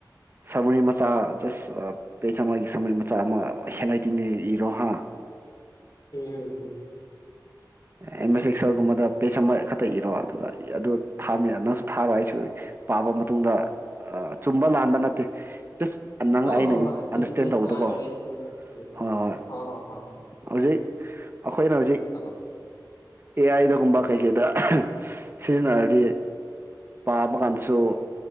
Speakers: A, on the right; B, on the left.
A: ꯁꯔꯃꯔꯤ ꯃꯆꯥ ꯖꯁ ꯄꯦꯖ ꯑꯃꯒꯤ ꯁꯔꯃꯔꯤ ꯃꯆꯥ ꯑꯃ ꯍꯦꯟ ꯔꯥꯏꯇꯤꯡꯗ ꯏꯔꯣ ꯍꯥ
B: ꯎꯝ ꯍꯝꯝ
A: ꯑꯦꯝ ꯑꯦꯁ ꯑꯦꯛꯁꯦꯜꯒꯨꯝꯕꯗ ꯄꯦꯖ ꯑꯃ ꯈꯛꯇ ꯏꯔꯣ ꯑꯗꯨꯒ ꯑꯗꯨ ꯊꯥꯝꯃꯦ ꯅꯪꯁꯨ ꯊꯥꯔꯣ ꯑꯩꯁꯨ ꯄꯥꯕ ꯃꯇꯨꯡꯗ ꯆꯨꯝꯕ ꯂꯥꯟꯕ ꯅꯠꯇꯦ ꯖꯁ ꯅꯪ
B: ꯍꯣꯏ
A: ꯑꯩꯅ
B: ꯍꯣꯏ ꯍꯣꯏ ꯑꯗꯨꯗꯤ
A: ꯑꯟꯗꯔꯁꯇꯦꯟ
B: ꯖꯁ
A: ꯇꯧꯕꯗꯣꯀꯣ
B: ꯑꯥ ꯅꯣꯂꯦꯖꯀꯤꯅꯤ ꯎꯝ ꯎꯝ
A: ꯍꯣꯏ ꯍꯣꯏ
B: ꯍꯣꯏ ꯍꯣꯏ
A: ꯍꯧꯖꯤꯛ ꯑꯩꯈꯣꯏꯅ ꯍꯧꯖꯤꯛ
B: ꯆ
A: ꯑꯦ ꯑꯥꯏꯗꯒꯨꯝꯕ ꯀꯩꯀꯩꯗ ꯁꯤꯖꯤꯟꯅꯔꯗꯤ ꯄꯥꯕ ꯀꯥꯟꯗꯁꯨ
B: ꯎꯝ